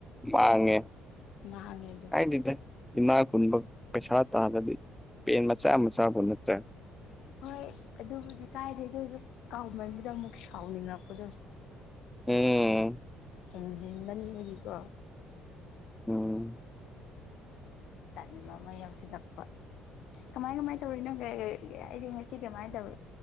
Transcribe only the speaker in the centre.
ꯃꯥꯥꯡꯉꯦ
ꯀꯥꯏꯗ‌ꯦꯗ ꯏꯅꯥ ꯈꯨꯨꯟꯕ ꯄꯩꯁꯥ ꯇꯥꯟꯂꯗꯤ ꯄꯦꯟ ꯃꯆꯥ ꯃꯆꯥꯕꯨ ꯅꯠꯇ꯭ꯔꯥ
ꯎꯝ ꯎꯝ
ꯎꯝ